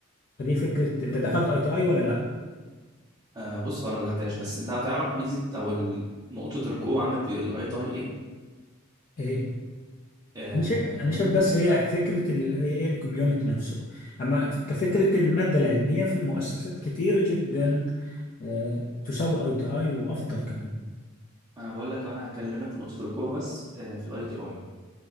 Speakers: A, on the left (about 40°); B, on the right (about 15°).
A: فدي فكرة أنت دخلت أي تي أي ولا لأ؟
B: آه بص هو انا ما دخلتهاش بس انت هتعرف ميزه او ال- نقطه القوه عندك في الاي تي ايه
A: إيه؟
B: آه،
A: أنا شايف أنا
B: ان
A: شايف
B: انت
A: بس هي فكرة اللي هي إيه الكوميونتي نفسه أما ف- كفكرة المادة العلمية في مؤسسات كتير جدا آه، تساوي أي تي أي وأفضل كمان
B: انا بقول لك انا هكلمك في نقطه القوه بس آه في الاي تي اي